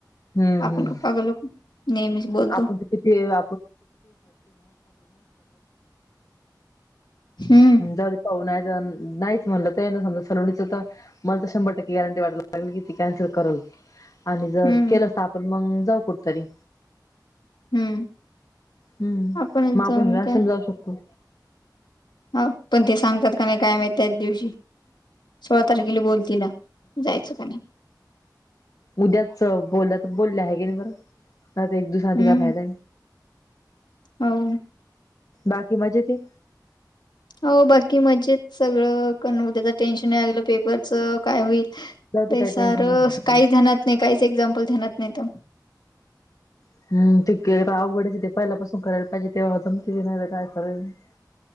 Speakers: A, on the left; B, on the left.
A: हम्म
B: आपण
A: हम्म
B: गप्पा गलो नेहमीच बोलतो.
A: आपण तर किती वेळ <inaudible>
B: हम.
A: जाऊदे पावन आहेत नायचं म्हणलं तर यांना समजत होतं. मला तर शंभर टक्के गॅरंटी वाटत होती ती कॅन्सल करेल. आणि जर
B: हम्म
A: केलंस तर आपण मग जाऊ कुठेतरी.
B: हम्म.
A: हम्म,
B: आपणच
A: मग आपण
B: जाऊन
A: वेहसे
B: काय
A: न जाऊ शकतो.
B: हा ते सांगतात काय नाही त्या दिवशी. सोळा तारखेला बोल तिला जायचं का नाही?
A: उद्याच बोल बोलल्या आहे की नाही बरंता एक दुसा आधी
B: हम्म
A: काय फायदा आहे.
B: हो.
A: बाकी मजेत ते
B: हो बाकी मजेत सगळं करण उ त्या्याच टेन्शन नाही आलं पेपरच काय होईल
A: जाऊ
B: काई
A: दे काही
B: सार,
A: टेन्शन नाही
B: काय ध्येणात नाही काय एक्संपल ध्यानात न्हवत.
A: <unintelligible>